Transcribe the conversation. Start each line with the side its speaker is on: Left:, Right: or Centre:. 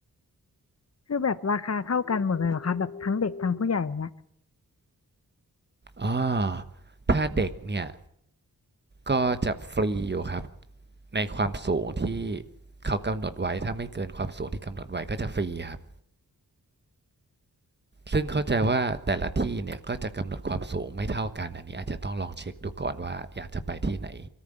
Left: คือแบบราคาเท่ากันหมดเลยเหรอคะแบบทั้งเด็กทั้งผู้ใหญ่เนี่ย
Right: อ๋อถ้าเด็กเนี่ยก็จะฟรีอยู่ครับในความสูงที่เขากำหนดไว้ถ้าไม่เกินความสูงที่กำหนดไว้ก็จะฟรีครับ ซึ่งเข้าใจว่าแต่ละที่เนี่ยก็จะกำหนดความสูงไม่เท่ากันอันนี้อาจจะต้องลองเช็คดูก่อนว่าอยากจะไปที่ไหน